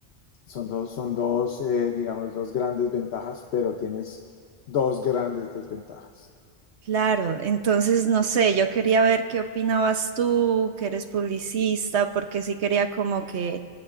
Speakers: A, on the left (about 70°); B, on the right (about 75°).
A: Son dos, son dos, eh, digamos, dos grandes ventajas, pero tienes dos grandes desventajas.
B: Claro, entonces no sé, yo quería ver qué opinabas tú, que eres publicista, porque sí quería como que